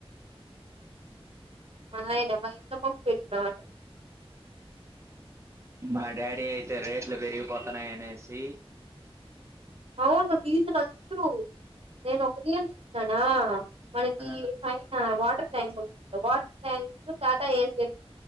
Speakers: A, on the right; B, on the right.
A: అ అయిద మయిందవ్ పఫెట్నా
B: మా డాడీ అయితే రేట్లు పెరిగిపోతునయిఆనేసి
A: అవును ఫీజులు అందరూ నేను ఒక రయ కనా మనకి
B: ఆ
A: పైన వాటర్ ప్ల tank water tanks Tata AC